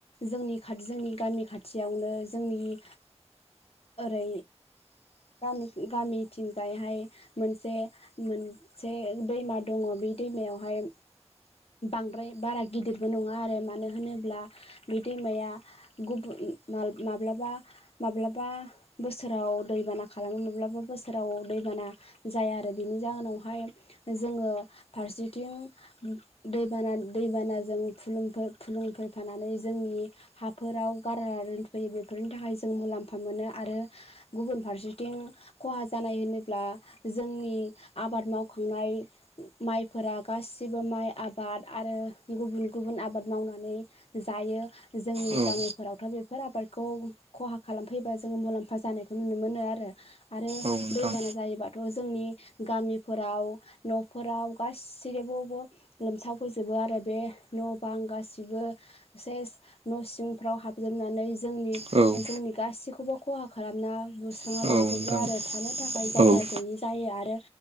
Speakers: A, on the left (about 65°); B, on the right (about 65°).
A: जोंनि खाथि जोंनि गामि खाथियावनो जोंनि ओरै गामि गामिथिंजायहाय मोनसे मोनसे दैमा दङ बे दैमायावहाय बांद्राय बारा गिदिरबो नङा आरो। मानो होनोब्ला बे दैमाया गुबुन माब्लाबा माब्लाबा बोसोराव दैबाना खालामो माब्लाबा बोसोराव दैबाना जाया आरो बिनि जाहोनावहाय जोङो फारसे थिं दैबाना दैबानाजों फुलुं फै फुलुं फैफानानै जोंनि हाफोराव गारलाना दोनफैयो। बेफोरनि थाखाय जों मुलाम्फा मोनो आरो गुबुन फारसेथिं खहा जानाय होनोब्ला जोंनि आबाद मावखांनाय माइ फोरा गासिबो माइ आबाद आरो गुबुन गुबुन आबाद मावनानै जायो। जोंनि
B: औ
A: गामिफोरावथ' बेफोर आबादखौ खहा खालामफैबा जोङो मुलाम्फा जानायखौ नुनो मोनो आरो। आरो
B: औ नोंथां
A: दैबाना जायोबाथ' जोंनि गामिफोराव न'फोराव बा सेरावबाबो लोमसावफैजोबो आरो बे न' बां गासिबो सेस न' सिंफ्राव हाबजोबनानै जोंनि
B: औ
A: जोंनि गाैखौबो खहा खालामना बुस्रांना
B: औ
A: लांजोबो
B: नोंथां
A: आरो थानो थाखाय जायगा
B: औ
A: गैयि जायो आरो